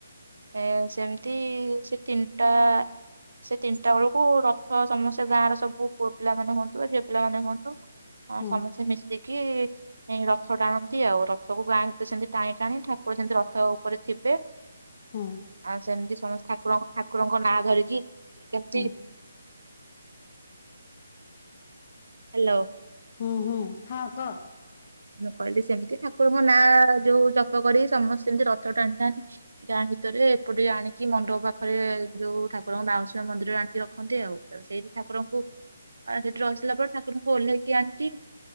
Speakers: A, on the right (about 80°); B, on the left (about 30°).
A: ଏ ସେମିତି ସେ ତିନିଟା ସେ ତିନିଟା ବେଳକୁ ର୍ ତ ସମସ୍ତେ ଗାଁର ସବୁ ପୁଅ ପିଲାନେ ହୁଅନ୍ତୁ ଝିଅ ପିଲାମାନେ ହୁଅନ୍ତୁ ହଁ
B: ହୁଁ
A: ସମସ୍ତେ ମିଶି କି କି ରଥ ଟାଣନ୍ତି ଆଉ ରଥକୁ ଗାଁ ଭିତରେ ସେମତି ଟାଣି ଟାଣି ଠାକୁର ସେମିତି ରଥ ଉପରେ ଥିବେ।
B: ହୁଁ ହୁଁ
A: ଆଉ ସେମିତି ସମସ୍ତେ୍ ଠାକୁର ଠାକୁରଙ୍କ ନାଁ ଧରିକି ଇ
B: ହୁଁ
A: <inaudible> ହ୍ୟାଲୋ
B: ହୁଁ ହୁଁ ହଁ କହ
A: ମୁଁ କହିଲି ସେମିତି ଠାକୁରଙ୍କ ନାଁ ଯୋଉ ଜପ କରି ସମସ୍ତେ ସେମତି ରଥ ଟାଣିଥାାନ୍ତି ଗାଁ ଭିତରେ ଏପଟେ ଆଣିକି ମଣ୍ଡପ ପାଖରେ ଯୋଉ ଠାକୁରଙ୍କ ବାଉଁଶିଣ ମନ୍ଦିର ଆଣିକି ରଖନ୍ତି ଆଉ ସେଇଠି ଠାକୁରଙ୍କୁ ସେଠି ରସିଲା ପରେ ଠାକୁରଙ୍କୁ ଓହ୍ଲେଇକି ଆଣିକିଁ